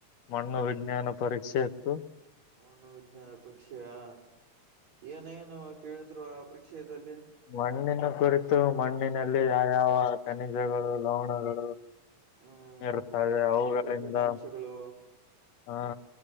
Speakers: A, on the left (about 65°); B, on the right (about 60°).
A: ಮಣ್ಣು ವಿಜ್ಞಾನ ಪರೀಕ್ಷೆ ಇತ್ತು.
B: ಮನೋವಿಜ್ಞಾನ ಪರೀಕ್ಷೆಯಾ? ಏನೇನು ಕೇಳಿದ್ರು ಆ ಪರೀಕ್ಷಯದಲ್ಲಿ?
A: ಮಣ್ಣಿನ ಕುರಿತು ಮಣ್ಣಿನಲ್ಲಿ ಯಾವ ಯಾವ ಖನಿಜಗಳು ಲವಣಗಳು
B: ಹ್ಮ್
A: ಇರ್ತವೆ ಅವುಗಳಿಂದ
B: ಕಬ್ಬಿಣಾಂಶಗಳು
A: ಹಾ